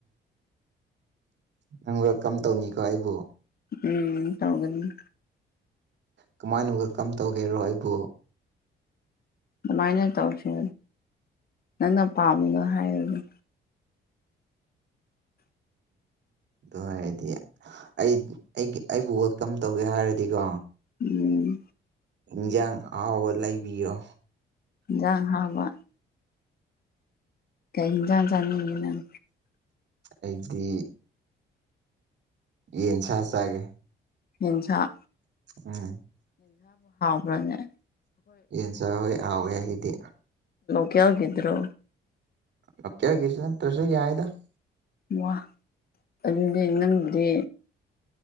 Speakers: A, on the right (about 60°); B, on the left (about 50°).
A: ꯅꯪ ꯋꯦꯜꯀꯝ ꯇꯧꯅꯤꯀꯣ ꯑꯩꯕꯨ
B: ꯎꯝ ꯇꯧꯒꯅꯤ
A: ꯀꯃꯥꯏꯅ ꯋꯦꯜ ꯀꯝ ꯇꯧꯒꯦꯔꯣ ꯑꯩꯕꯨ
B: ꯑꯗꯨꯃꯥꯏꯅ ꯇꯧꯁ ꯅꯪꯅ ꯄꯥꯝꯃꯒ ꯍꯥꯏꯔꯗ <unintelligible>
A: ꯑꯗꯨ ꯑꯣꯏꯔꯗꯤ ꯑꯩ ꯑꯩ ꯑꯩꯕꯨ ꯋꯦꯜꯀꯝ ꯇꯧꯒꯦ ꯍꯥꯏꯔꯗꯤꯀꯣ
B: ꯎꯝ
A: ꯏꯟꯖꯥꯡ ꯑꯕ ꯂꯩꯕꯤꯌꯣ
B: ꯌꯥ ꯍꯥꯕ ꯀꯩꯍꯤꯤꯡꯖ ꯆꯅꯤꯪ
A: ꯑꯩꯗꯤ ꯌꯦꯟ ꯆ ꯆꯒꯦ
B: ꯌꯦꯖ
A: ꯎꯝ
B: ꯃꯥꯅꯦ
A: ꯌꯦꯟꯁ ꯍꯣꯏ ꯍꯥꯎꯋꯦ ꯑꯩꯒꯤꯗꯤ
B: ꯀꯌꯥꯒꯗ꯭ꯔꯣ
A: ꯑꯣ ꯀꯌꯥ ꯀꯁ ꯇ꯭ꯔꯁꯨ ꯀꯌꯥ ꯍꯥꯏꯗ <inaudible>
B: ꯋꯥ ꯑꯗꯨꯗꯤ ꯅꯪꯗꯤ